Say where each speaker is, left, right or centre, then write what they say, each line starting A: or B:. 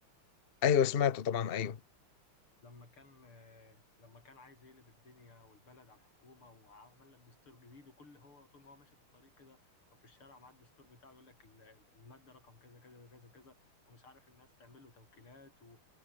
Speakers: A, on the left; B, on the left.
A: ايوه سمعته طبعا ايوه
B: لما كان آه، لما كان عايز يقلب الدنيا والبلد على الحكومة وعمل لك دستور جديد وكل هو طول ما هو ماشي في الطريق كده أو في الشارع مع الدستور بتاعه يقول لك ال- ال- المادة رقم كذا كذا كذا كذا ومش عارف الناس تعمل له توكيلات و...